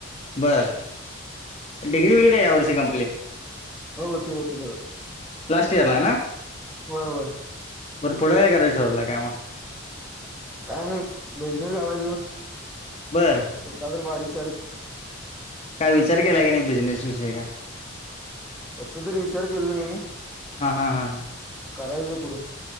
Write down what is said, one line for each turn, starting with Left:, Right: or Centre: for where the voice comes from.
Left: बर डिग्री होईल का या वर्षी कंप्लीट
Centre: होती होती सगळ
Left: लास्ट इयरला आहे
Centre: वय होय
Left: बर पुढं काय कराय ठरलं कायग
Centre: काय नाही बिझनेस झालायच
Left: बरं
Centre: कुठला तर बारीक सारीक
Left: काय विचार केला की नाही बिझनेस विषय काय
Centre: तस जरी विचार केला नाही
Left: हां हां हां
Centre: करायचं पुढं